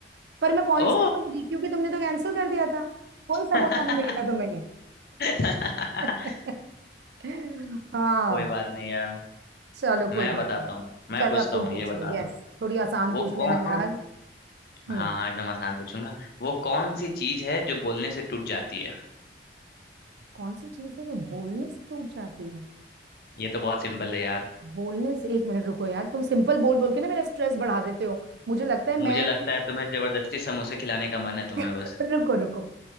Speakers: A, on the right; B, on the left.
A: पर मैं पॉइंट्स
B: ओ
A: नहीं दूंगी क्योंकि तुमने तो कैंसिल कर दिया था कोई समोसा
B: <laughs>
A: नहीं मिलेगा तुम्हें
B: <laughs>
A: <laughs> हाँ
B: कोई बात नहीं यार
A: चलो
B: मैं
A: कोई बात
B: बताता
A: नहीं
B: हूँ मैं
A: चलो
B: पूछता
A: अब तुम
B: हूँ
A: पूछो
B: ये बता
A: यस
B: दो
A: थोड़ी आसान
B: वो
A: पूछ
B: कौन
A: लेना यार हम्म
B: हाँ हाँ, एकदम आसान पूछूंगा वो कौन सी चीज है जो बोलने से टूट जाती है
A: कौन सी चीज है जो बोलने से टूट जाती है
B: ये तो बहुत सिंपल है यार
A: बोलने से एक मिनट रुको यार तुम सिंपल बोल बोल के ना मेरा स्ट्रेस बढ़ा देते हो मुझे लगता है मैं
B: मुझे लगता है तुम्हें जबरदस्ती समोसे खिलाने का मन है तुम्हें
A: <laughs>
B: बस
A: रुको रुको